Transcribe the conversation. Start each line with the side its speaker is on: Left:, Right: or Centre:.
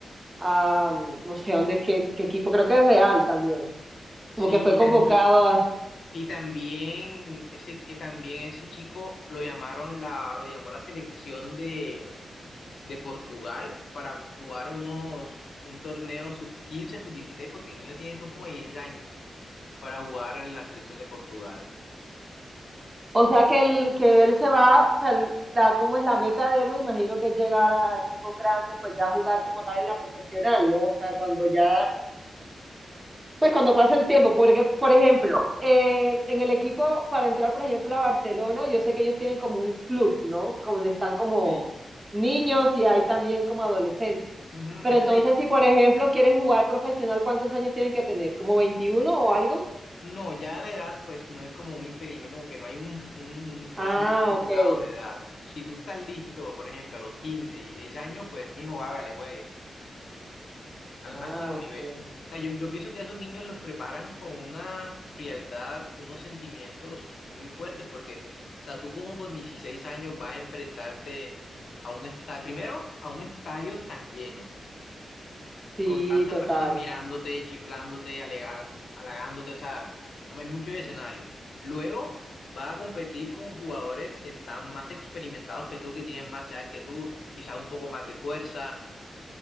Right: A, mm, no sé dónde es, qué, qué equipo, creo que es Real también.
Left: Sí,
Right: Como que fue
Left: y,
Right: convocado
Left: tam- y-
Right: a
Left: y también ese, y también ese chico lo llamaron la, lo llamó la selección de, de Portugal para jugar unos, un torneo sub 15 sub 16 porque el niño tiene, son como 16 años, para jugar en la selección de Portugal.
Right: O sea que él, que él se va, o sea, el- la, cómo es la meta de él, me imagino que es llegar a, a equipos grandes, pues ya jugar como tal en la profesional, ¿no? O sea, cuando ya, pues cuando pase el tiempo, porque, por ejemplo, eh, en el equipo, para entrar, por ejemplo, a Barcelona, yo sé que ellos tienen como un club, ¿no? Como donde están como
Left: Sí.
Right: niños y hay también como adolescentes.
Left: Ujú,
Right: Pero
Left: Ese,
Right: entonces,
Left: se-
Right: si por ejemplo quieren jugar profesional, ¿cuántos años tienen que tener? ¿Como veintiuno o algo?
Left: No, ya la edad pues no es como un impedimento, como que no hay un, un rango
Right: Ah,
Left: estipulado
Right: ok.
Left: de edad. Si tú estás listo, por ejemplo, a los 15 y 6 años, pues mijo, hágale, juegue al
Right: Ah,
Left: máximo nivel.
Right: ok.
Left: O sea, yo, yo pienso que a esos niños los preparan con una frialdad, unos sentimientos muy fuertes, porque, o sea, tú como con 16 años vas a enfrentarte a un estadio, primero a un estadio tan lleno
Right: Sí,
Left: con tantas
Right: total.
Left: personas mirándote, chiflándote, alega- halagándote, o sea, hay mucho escenario. Luego vas a competir con jugadores que están más experimentados que tú, que tienen más edad que tú, quizás un poco más de fuerza.